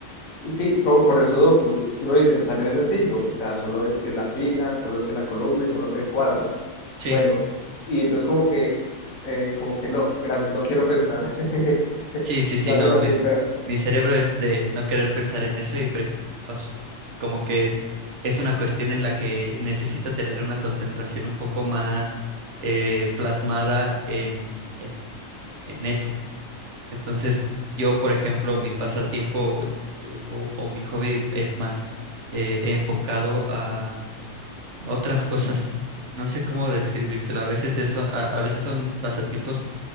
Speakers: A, on the left; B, on the right.
A: Sí, co- con, el sudoku, tú lo dices, también es sencillo, o sea, solo es que la fila, solo es que la columna y solo que el cuadro.
B: Sí.
A: Bueno, y entonces como que, eh, como que no, gracias, no quiero pensar. <laughs>
B: Sí, sí, sí,
A: Lo hacen
B: no,
A: así,
B: mi,
A: pero
B: mi cerebro es de no querer pensar en eso y pref- o s- como que es una cuestión en la que necesito tener una concentración un poco más eh, plasmada en, en, en eso. Entonces, yo, por ejemplo, mi pasatiempo eh, o, o mi hobby es más eh, enfocado a otras cosas. No sé cómo describírtelo. A veces eso, a a veces son pasatiempos